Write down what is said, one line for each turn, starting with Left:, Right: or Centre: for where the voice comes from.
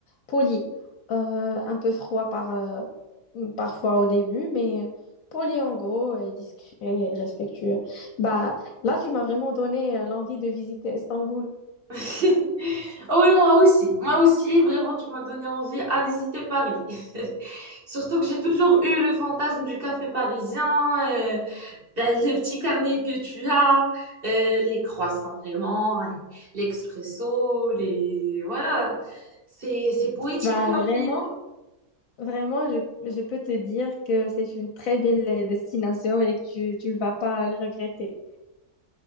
Left: poli, Euh, un peu froid par, euh, parfois au début, mais poli en gros, et discret et respectueux. Bah, là, tu m'as vraiment donné euh, l'envie de visiter Istanbul.
Right: <laughs> Oh oui, moi aussi. Moi aussi, vraiment, tu m'as donné envie à visiter Paris. <laughs> Surtout que j'ai toujours eu le fantasme du café parisien, euh, ben, le petit carnet que tu as, euh, les croissants vraiment, et l'expresso, les... Voilà, c'est, c'est poétique
Left: Bah,
Right: comme
Left: vraiment,
Right: ville.
Left: vraiment, je, je peux te dire que c'est une très belle euh, destination et que tu, tu ne vas pas le regretter.